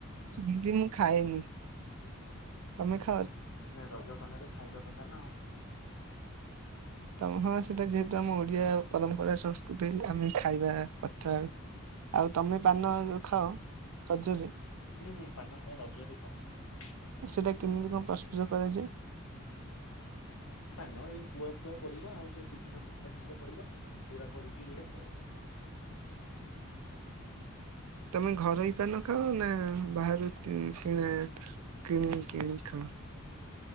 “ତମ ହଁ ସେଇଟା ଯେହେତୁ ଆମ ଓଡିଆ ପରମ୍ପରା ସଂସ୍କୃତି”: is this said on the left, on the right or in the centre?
Right